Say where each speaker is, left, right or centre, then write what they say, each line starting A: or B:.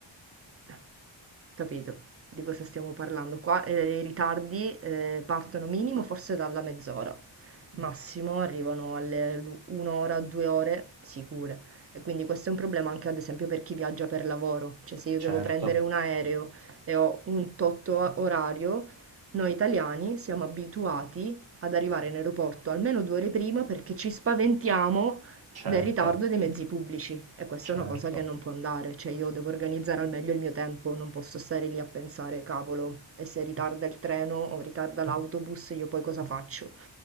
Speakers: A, on the right; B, on the right.
A: Eh. Capito, di cosa stiamo parlando. Qua, ehm, i ritardi, ehm, partono minimo forse dalla mezz'ora, massimo
B: Eh,
A: arrivano alle l'u 1 ora, 2 ore sicure. E quindi questo è un problema anche ad esempio per chi viaggia per lavoro, cioè se io
B: certo.
A: devo prendere un aereo e ho un tot o orario, noi italiani siamo abituati ad arrivare in aeroporto almeno 2 ore prima perché ci spaventiamo
B: Certo,
A: del ritardo dei mezzi pubblici e questa
B: certo,
A: è una cosa che non può andare, cioè io devo organizzare al meglio il mio tempo, non posso stare lì a pensare, cavolo, e se ritarda il treno o ritarda l'autobus, io poi cosa faccio?